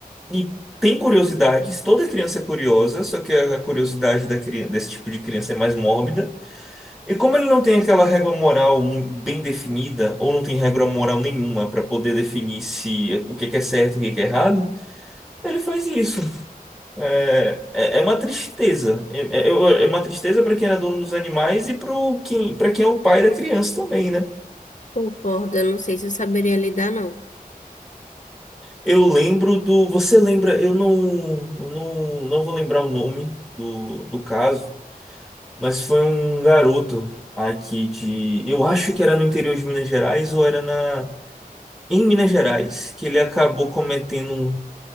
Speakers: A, in the centre; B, on the left.
A: e tem curiosidades. Toda criança é curiosa, só que a curiosidade da criança, desse tipo de criança é mais mórbida. E como ele não tem aquela regra moral mu- bem definida, ou não tem regra moral nenhuma para poder definir se o que que é certo e o que que é errado, ele faz isso. É, é, é uma tristeza. É, é- é uma tristeza para quem é dono dos animais e para quem, para quem é o pai da criança também, né?
B: Concordo, eu não sei se eu saberia lidar, não.
A: Eu lembro do. Você lembra? Eu não, eu não, não vou lembrar o nome do, do caso, mas foi um garoto aqui de. Eu acho que era no interior de Minas Gerais ou era na. em Minas Gerais, que ele acabou cometendo,